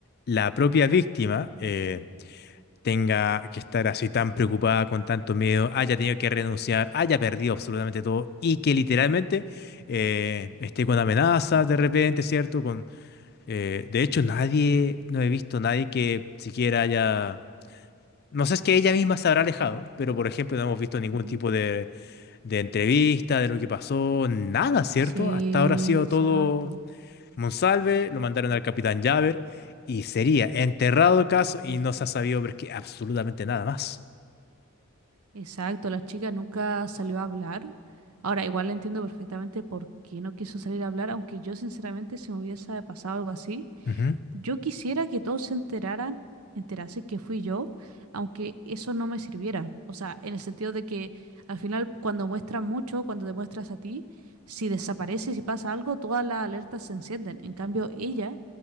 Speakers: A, on the left; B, on the right.
A: la propia víctima, eh, tenga que estar así tan preocupada, con tanto miedo, haya tenido que renunciar, haya perdido absolutamente todo y que literalmente eh, esté con amenazas de repente, ¿cierto? Con, eh, de hecho, nadie, no he visto nadie que siquiera haya... No sé, es que ella misma se habrá alejado, pero por ejemplo no hemos visto ningún
B: Ujú.
A: tipo de, de entrevista, de lo que pasó, nada, ¿cierto?
B: Sí,
A: Hasta ahora ha sido
B: exacto.
A: todo Monsalve, lo mandaron al capitán Javer y sería enterrado el caso y no se ha sabido ver que absolutamente nada más.
B: Exacto, la chica nunca salió a hablar. Ahora, igual le entiendo perfectamente por qué no quiso salir a hablar, aunque yo sinceramente si me hubiese pasado algo así,
A: Ujú,
B: yo quisiera que todos se enteraran, enterase que fui yo, aunque eso no me sirviera. O sea, en el sentido de que al final cuando muestran mucho, cuando te muestras a ti, si desapareces y pasa algo, todas las alertas se encienden. En cambio, ella,